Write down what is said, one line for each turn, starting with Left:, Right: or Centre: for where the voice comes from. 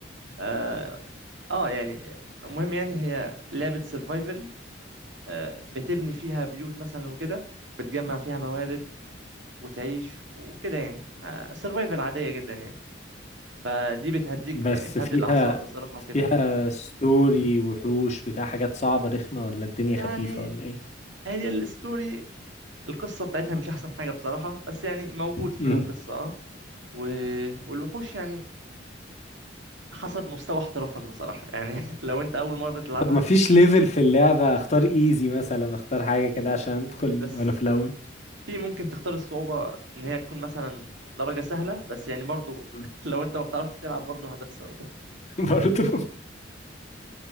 Right: اه آه، يعني المهم يعني هي لعبه سرفايفل آه، بتبني فيها بيوت مثلا وكده وبتجمع فيها موارد وتعيش وكده يعني سرفايفل عاديه جدا يعني فدي بتهديك
Left: بس
Right: يعني بتهدي
Left: فيها
Right: الاعصاب بصراحه
Left: فيها
Right: وكده
Left: ستوري وحوش بتاع حاجات صعبة رخمة ولا الدنيا
Right: يعني
Left: خفيفة ولا ايه
Right: هي الستوري القصة بتاعتها مش أحسن حاجة بصراحة بس يعني موجود فيها
Left: مم.
Right: قصة اه و... والوحوش يعني حسب مستوى احترافك بصراحة يعني <laughs> لو أنت أول مرة تلعبها
Left: طب ما فيش ليفل في اللعبة اختار ايزي مثلا اختار حاجة
Right: في
Left: كده عشان ادخل
Right: في بس
Left: وانا في الاول
Right: في ممكن تختار الصعوبة إن هي تكون مثلا درجة سهلة بس يعني برضو
Left: مم.
Right: <laughs> لو أنت ما بتعرفش تلعب برضو هتخسر
Left: <laughs> برضو